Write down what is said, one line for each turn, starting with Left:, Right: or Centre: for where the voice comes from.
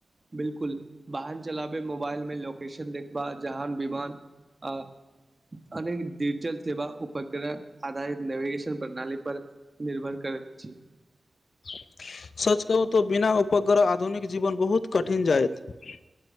Right: बिल्कुल वाहन चलाबे, मोबाइल में लोकेशन देखबा, जहान, बिमान। आ। अनेक डिजिटल सेवा, उपग्रह आधारित नेविगेशन प्रणाली पर निर्भर करैत छै।
Left: <inaudible> सच कहू त बिना उपग्रह आधुनिक जीवन बहुत कठिन जाएत